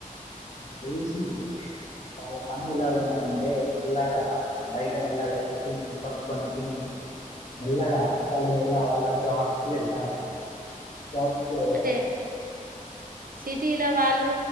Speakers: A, on the left; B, on the right.
A: లేసి వాళ్ళ పన్నలు ఎలా ఉంటాయంటే, మెల్లగా బయట మెల్లగా టిఫిన్ కొనుక్కొని తిని మెల్లగా వాళ్ళు మెల్ల వాళ్ళ జబ్స్కి వెళ్తారు. జాబ్సులో
B: అంటే సిటీల వాళ్ళు